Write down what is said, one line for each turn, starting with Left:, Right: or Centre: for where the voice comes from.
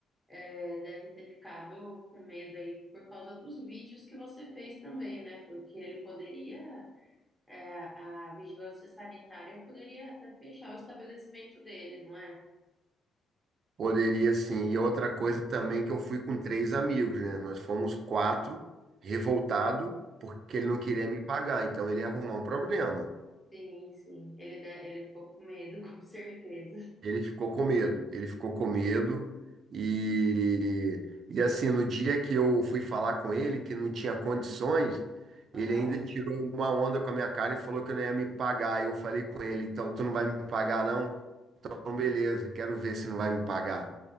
Centre: é, deve ter ficado com medo aí por causa dos vídeos que você fez também, né? Porque ele poderia, é, a vigilância sanitária poderia até fechar o estabelecimento dele, não é?
Right: Poderia sim. E outra coisa também que eu fui com três amigos, né? Nós fomos quatro, revoltado, porque
Centre: Uhum.
Right: ele não queria me pagar, então ele ia arrumar um problema.
Centre: Sim, sim. Ele, de- ele ficou com medo, <laughs> com certeza.
Right: Ele ficou com medo, ele ficou com medo e, e assim, no dia que eu fui falar com ele, que não tinha condições,
Centre: Aham.
Right: ele ainda tirou uma onda com a minha cara e falou que não ia me pagar. Eu falei com ele, então tu não vai me pagar não? Então beleza, quero ver se não vai me pagar.